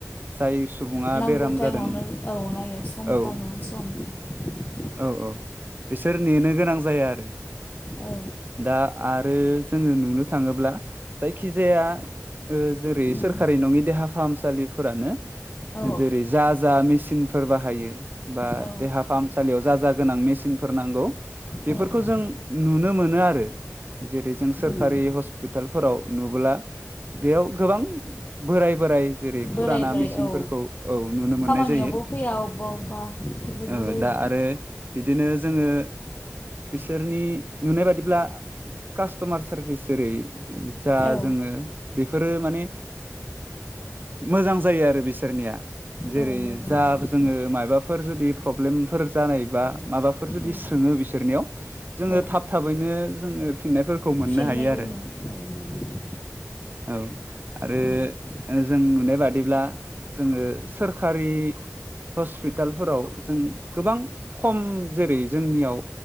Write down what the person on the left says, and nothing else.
नांगौ
टाइमावनो
औ नायो सम
टाइमावनो सम।
औ
उम
औ
औ
औ औ
उम
बोराय बोराय
औ
खामानियावबो
फैया अबेबा अबेबा बेफोरबायदि
जायो
औ
औ मोजां
जायो
उम
औ
फिननायबो
मोनो औ मोनो
औ उम